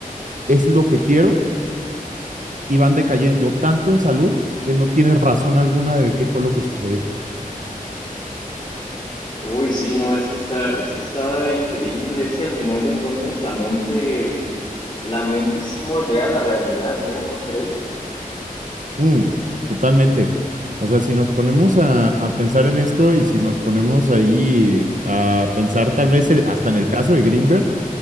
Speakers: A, on the right; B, on the left.
A: es lo que quiero y van decayendo tanto en salud que no tienes razón alguna de qué fue lo que sucedió.
B: Uy, sí, no, es que está, es que está increíble. Es que al final de cuentas la mente, la mente sí moldea la realidad, ¿no? ¿No crees?
A: Mm, totalmente. O sea, si nos ponemos a, a pensar en esto y si nos ponemos ahí a pensar tal vez eh, hasta en el caso de Greenberg,